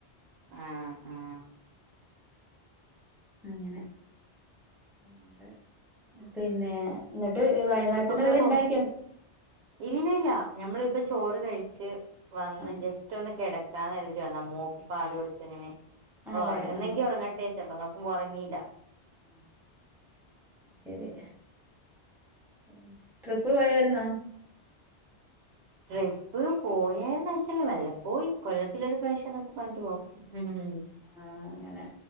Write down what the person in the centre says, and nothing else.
അങ്ങനെ വേറെ പിന്നെ എന്നിട്ട് വൈകുന്നേരത്തിനെള്ള
ഉണ്ടാക്കിയോ
ആ
ആ, അതെ
ആ
ആ അത് ശെരി പിന്ന ട്രിപ്പ് പോയാര്ന്നോ
ആഹ് അങ്ങനെ